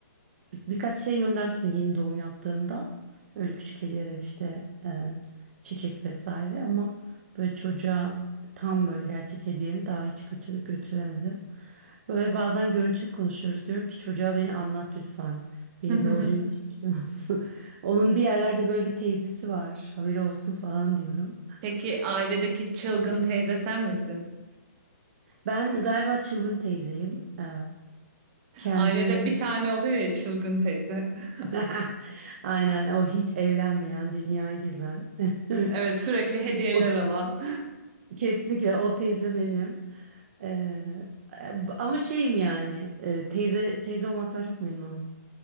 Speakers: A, on the right (about 45°); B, on the right (about 30°).
A: Bir- birkaç şey göndermiştim yeni doğum yaptığında. Öyle küçük hediyeler işte e, çiçek vesaire ama böyle çocuğa tam böyle gerçek hediyemi daha hiç götür götüremedim. Böyle bazen görüntülü konuşuyoruz diyorum ki çocuğa beni anlat lütfen. Beni
B: <laughs>
A: gördüğünü hiç şaşırmasın. <laughs> Onun bir yerlerde böyle bir teyzesi var. Haberi olsun falan diyorum.
B: Peki ailedeki çılgın teyze sen misin?
A: Ben galiba çılgın teyzeyim. E, kendi
B: Ailede
A: yerim.
B: bir tane oluyor ya çılgın teyze. <laughs>
A: <laughs> Aynen o hiç evlenmeyen, dünyayı gezen. <laughs>
B: Evet sürekli hediyeler
A: O,
B: alan.
A: kesinlikle o teyze benim. Ee, ama şeyim yani e, teyze teyze olmaktan çok memnunum.